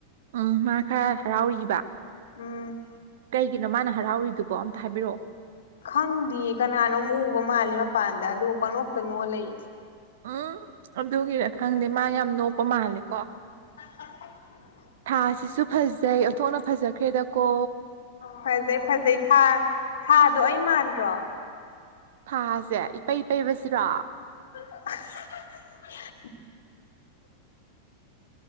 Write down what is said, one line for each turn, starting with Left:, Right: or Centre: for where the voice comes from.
Right: ꯎꯝ ꯃꯥ ꯈꯔ ꯍꯔꯥꯎꯔꯤꯕ
Left: ꯎꯝ
Right: ꯀꯩꯒꯤꯅꯣ ꯃꯥꯅ ꯍꯔꯥꯎꯔꯤꯗꯨꯕꯣ ꯑꯝꯇ ꯍꯥꯢꯕꯤꯔꯛꯑꯣ
Left: ꯈꯪꯗꯤꯌꯦ ꯀꯅꯥꯅꯣꯝ ꯎꯕ ꯃꯥꯜꯂꯦ ꯃꯄꯥꯟꯗ ꯑꯗꯨ ꯄꯪꯅꯣꯛꯇ ꯅꯣꯛꯑ ꯂꯩꯌꯦ
Right: ꯎꯝ ꯑꯗꯨꯒꯤꯔ ꯈꯪꯗꯦ ꯃꯥ ꯌꯥꯝ ꯅꯣꯛꯄ ꯃꯥꯜꯂꯤꯀꯣ
Left: <unintelligible>
Right: ꯊꯥꯁꯤꯁꯨ ꯐꯖꯩ ꯊꯣꯛꯅ ꯐꯖꯈ꯭ꯔꯦꯗ ꯀꯣ
Left: ꯐꯖꯩ ꯐꯖꯩ ꯊꯥ ꯊꯥꯗꯣ ꯑꯩ ꯃꯥꯟꯗ꯭ꯔꯣ
Right: ꯊꯥꯁꯦ ꯏꯄꯩ ꯄꯩꯕꯁꯤꯔꯣ
Left: <unintelligible>